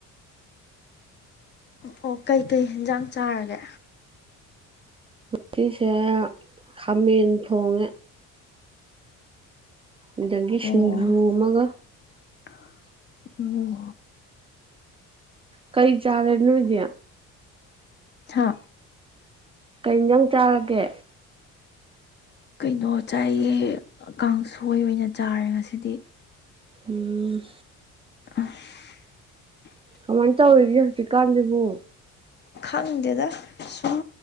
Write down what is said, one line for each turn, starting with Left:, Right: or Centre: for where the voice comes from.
Left: ꯑꯣ ꯀꯩꯀꯩ ꯍꯦꯟꯖꯥꯡ ꯆꯥꯔꯒꯦ
Right: ꯉꯁꯤꯁꯦ ꯈꯥꯃꯦꯟ ꯊꯣꯡꯉꯦ ꯑꯗꯒꯤ
Left: ꯑꯣ
Right: ꯁꯤꯡꯖꯨ ꯑꯃꯒ
Left: <unintelligible>
Right: ꯀꯩ ꯆꯥꯔꯦ ꯅꯣꯏꯗꯤ
Left: ꯍꯥ
Right: ꯀꯩ ꯍꯦꯟꯖꯥꯡ ꯆꯥꯔꯒꯦ
Left: ꯀꯩꯅꯣ ꯆꯥꯏꯌꯦ ꯀꯥꯡꯁꯣꯏ ꯑꯣꯏꯅ ꯆꯥꯔꯦ ꯉꯁꯤꯗꯤ
Right: ꯎꯝ
Left: <unintelligible>
Right: ꯀꯃꯥꯏ ꯇꯧꯔꯤꯒꯦ ꯍꯧꯖꯤꯛꯀꯥꯟꯁꯤꯕꯨ
Left: ꯈꯪꯗꯦꯗ ꯁꯨꯝ